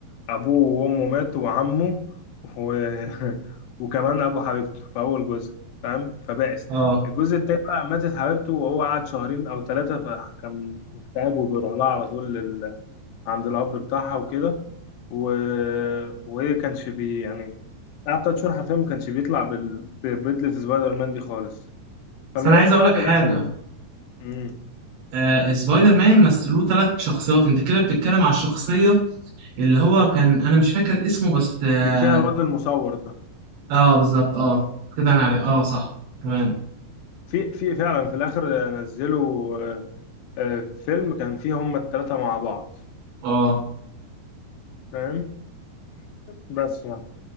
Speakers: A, on the left (about 85°); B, on the right (about 80°).
A: ابوه وامه ماتوا وعمه و... <laughs> وكمان ابو حبيبته في اول جزء فاهم فبائس
B: أه
A: الجزء التاني بقى ماتت حبيبته وهو قعد شهرين او ثلاثة فكان مكتئب وبيروح لها على طول لل... عند القبر بتاعها وكده و... وهي كانش بي يعني قعد تلات شهور حرفيا ما كانش بيطلع بال... ببدلة سبايدر مان دي خالص
B: بس
A: فالمهم
B: أنا عايز أقول
A: بقى
B: لك حاجة
A: في الاخر مم،
B: آه، سبايدر مان مثلوه ثلاث شخصيات انت كده بتتكلم على الشخصية اللي هو كان انا مش فاكر اسمه بس اه
A: اللي فيها الواد المصور ده
B: آه، بالظبط اه كده انا عارف اه صح تمام
A: في في فعلا في الاخر نزلوا آه، آه، فيلم كان فيه هما التلاتة مع بعض
B: اه
A: فاهم بس يعني